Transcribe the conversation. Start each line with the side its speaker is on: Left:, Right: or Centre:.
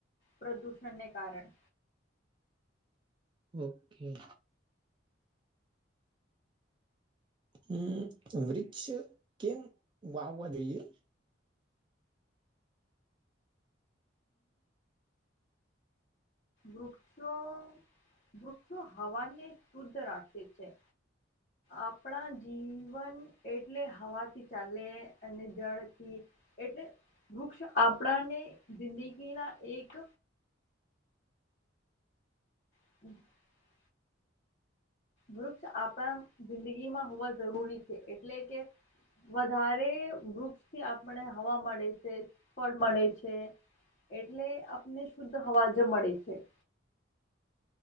Left: પ્રદૂષણને કારણે
Right: ઓકે. હમ, વૃક્ષ કેમ વાવવા જોઈએ?
Left: વૃક્ષો-વૃક્ષો હવાને શુદ્ધ રાખે છે.
Right: <unintelligible>
Left: આપડા જીવન એટલે હવાથી ચાલે અને જળથી. એટલે વૃક્ષ આપડાને જિંદગીના એક <unintelligible> વૃક્ષ આપણા જિંદગીમાં હોવા જરૂરી છે, એટલે કે વધારે વૃક્ષથી આપણે હવા મળે છે, ફળ મળે છે. એટલે આપને શુદ્ધ હવા જ મળે છે.